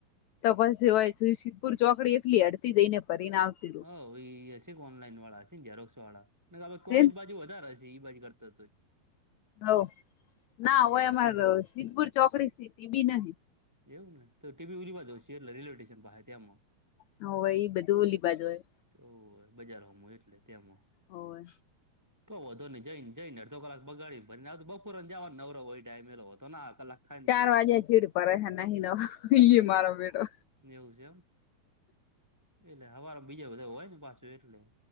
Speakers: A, on the left; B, in the centre.
A: તપાસ હોય સુ સપુર ચોકડી એકલી હડતી દઈને ભરીને આવતી રહું
B: હ એ હશે કે ઓનલાઈન વાળા હશે ને ઝરોક્સ વાળા
A: સેન
B: કોલેજ બાજુ વધારે હશે બાજ કરતો હતો
A: હ ના
B: આપડા
A: હોય અમારે
B: ટીબી
A: સિદ્ધપુર ચોકડી સીટી બી નહ
B: એવું ને તો ટીવીી ઉરીવા જઉ છ એટલે રેલવે સ્ટેશન પાસે ત્યામાં
A: હ હોય એ બધું ઓલી બાજ હોય
B: તોવું હોય બજારમાં એટલે તે્યામાં
A: હોવે
B: કો ને જઈને જઈનેડધો કલાકગાડી ભને તો બપોર ને જવા નવરો હો એ ટાઈમે એલો હતો કલાક થાય ને
A: ચાર
B: તોય
A: વાગે ચીડ પરડ નહી ન મારો બેઠો
B: એવું છે એમ એટલે હવાર બીજા બધા હોય ને પાછું એટલે